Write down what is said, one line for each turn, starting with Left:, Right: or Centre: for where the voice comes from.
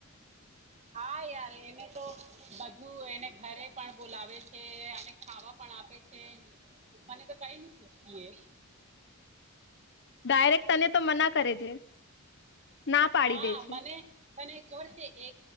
Right: હા યાર એને તો બધું એને ઘરે પણ બોલાવે છે અને ખાવા પણ આપે છે મને તો કઈ ન પૂછતી એ
Left: ડાયરેક્ટ તને તો મના કરે છે. ના પાડી
Right: હા
Left: દે છે
Right: મને મને ખબર છે એ